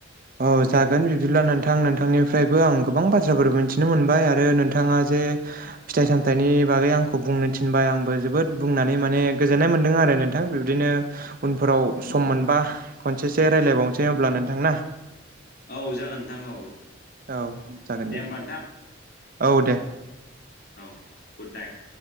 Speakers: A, on the right; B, on the left.
A: औ जागोन बिब्दिब्ला नोंथां नोंथांनिफ्रायबो आं गोबां बाथ्राफोर मिथिनो मोनबाय आरो नोंथाङा जे फिथाइ सामथाइनि बागै आं। आंखौ बुंनो थिनबाय आंबो जोबोद बुंनानै माने गोजोननाय मोनदों आरो नोंथां बिबदिनो उनफोराव सम मोनबा खनसेसो रायलायबावनोसै अब्ला नोंथां ना?
B: औ जागोन नोंथां औ
A: औ जागोन
B: दे होमबा नोंथां।
A: औ दे
B: औ गुद नाइट